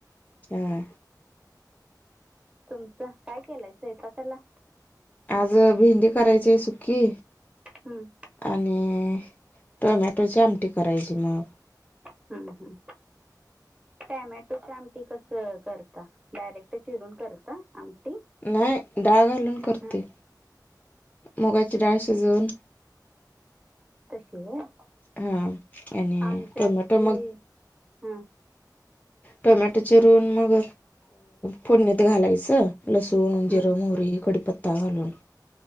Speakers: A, on the left (about 20°); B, on the right (about 15°).
A: काय
B: तुमचं काय केलाय स्वयपाकाला?
A: आज भेंडी करायची हाय सुखी.
B: हम्म.
A: आणि टोमॅटोची आमटी करायची मग.
B: हम् हम. टोमॅटो ची आमटी कशी करता, डायरेक्ट चिरून करता आमटी.
A: नाय डाळ घालून करते
B: हं.
A: मुगाची डाळ शिजवून.
B: तशी व्हाय
A: हां आणि
B: आमची
A: टोमॅटो
B: आजी
A: मग
B: हा.
A: टोमॅटो चिरून मग, फोडणीत घालायचं. लसुन
B: हं
A: जिरं
B: हं
A: मोहरी कढीपत्ता घालून.